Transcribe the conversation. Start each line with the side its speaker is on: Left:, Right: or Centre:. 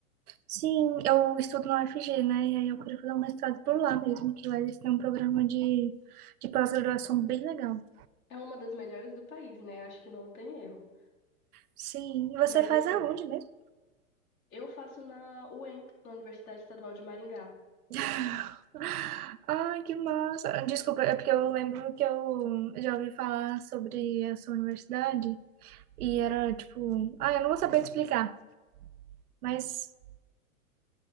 Right: sim, eu estudo na UFG, né? E aí eu queria fazer um mestrado por lá mesmo, que lá eles têm um programa de, de pós-graduação bem legal.
Left: É uma das melhores do país, né? Acho que não tem erro.
Right: Sim. E você
Left: Mas
Right: faz
Left: assim,
Right: aonde mesmo?
Left: eu faço na UEM, na Universidade Estadual de Maringá.
Right: <laughs> Ai, que massa. Desculpa, é porque eu lembro que eu já ouvi falar sobre a sua universidade e era tipo, ah, eu não vou saber te explicar, mas